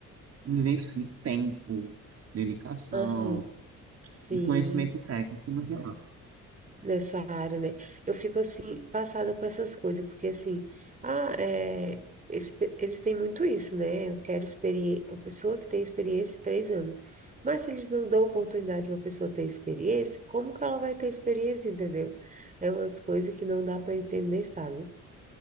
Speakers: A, on the right; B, on the right.
A: investir tempo, dedicação
B: Aham. Sim.
A: e conhecimento técnico no geral.
B: nessa área, né? Eu fico assim, passada com essas coisas, porque assim, ah, é, esse pe- eles têm muito isso, né? Eu quero experiência, a pessoa que tem experiência em três anos. Mas se eles não dão oportunidade para uma pessoa ter experiência, como que ela vai ter experiência, entendeu? É umas coisas que não dá para entender, sabe?